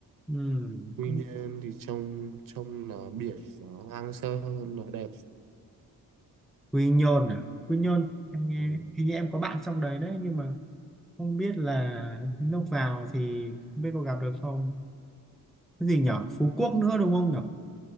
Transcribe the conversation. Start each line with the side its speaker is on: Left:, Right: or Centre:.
Centre: Ừ,
Right: Quy
Centre: cũng
Right: Nhơn thì trông trông nó biển nó hoang sơ hơn nó đẹp
Centre: Quy Nhơn à? Quy Nhơn em nghe
Right: ừ.
Centre: hình như em có bạn trong đấy đấy nhưng mà không biết là lúc vào thì không biết có gặp được không. Cái gì nhở? Phú Quốc nữa đúng không nhở?